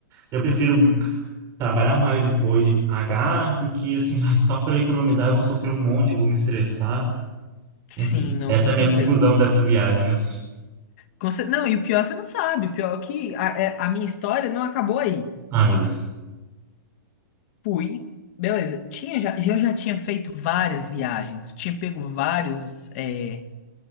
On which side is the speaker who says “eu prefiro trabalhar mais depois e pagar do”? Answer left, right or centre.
Right